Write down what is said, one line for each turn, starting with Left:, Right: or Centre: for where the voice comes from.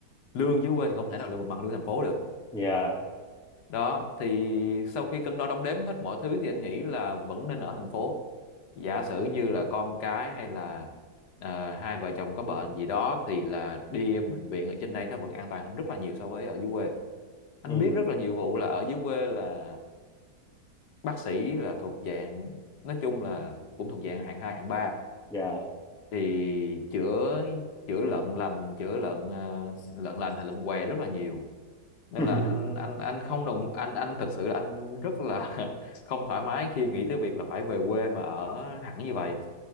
Left: lương dưới quê thì không thể nào là bằng lương thành phố được
Centre: Dạ.
Left: đó thì sau khi cân đo đong đếm hết mọi thứ thì anh nghĩ là vẫn nên ở thành phố giả sử như là con cái hay là à, hai vợ chồng có bệnh gì đó thì là đi bệnh viện ở trên đây nó vẫn an toàn hơn rất là nhiều so với ở dưới quê anh
Centre: Ừ.
Left: biết rất là nhiều vụ là ở dưới quê là bác sĩ là thuộc dạng nói chung là cũng thuộc dạng hạng 2 hạng ba
Centre: Dạ.
Left: thì chữa chữa lợn lành chữa lợn ờ, lợn lành hay lợn què rất là nhiều nên
Centre: <laughs>
Left: là anh anh anh không đồng anh anh thực sự là anh rất là <laughs> không thoải mái khi nghĩ tới việc là phải về quê mà ở hẳn như vậy